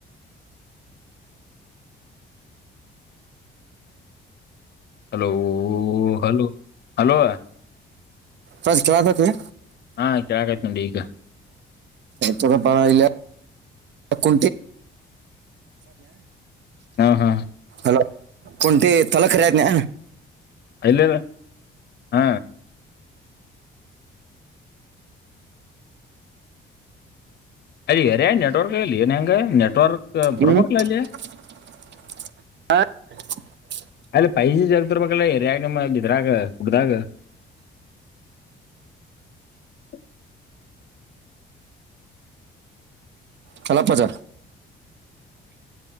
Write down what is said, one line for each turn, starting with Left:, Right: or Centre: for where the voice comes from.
Left: Hello. ಓ ಹಲೋ ಹಲೋ.
Right: ಬ ಕತತೆೆ.
Left: ಹಾ ಕೆಳಕ್ ಆಯ್ತಡಿ ಈಗ.
Right: ಪ ಇಲ್ಲ ಕು.
Left: ಹಾ ಹಾ.
Right: ಹಲ ಪ ತಲಕರಿತನ.
Left: ಅಲ್ಲಿಲ್ಲ. ಹಾ ಅಲ್ಲಿ ಯಾರ ನೆಟ್ವರ್ಕ್ಲ್ಲಿಏ ನ ಹೆಂಗಗೆ ನೆಟ್ವರ್ಕ್
Right: ಹ್ಮ್
Left: ಬರ್ಬೇಕಲ್ಲ ಅಲ್ಲಿ
Right: <inaudible> ಹ ಹ <unintelligible>
Left: ಅಲ್ಲಿ ಪೈಜೆ ಜಗದರ ಬಕ್ಕಲ್ಲ ಎರಿಗಮ್ಮ ಇದಿದ್ರಾಗ ಕುಡದಾಗ <inaudible>
Right: ಚಲಪ್ಪಜ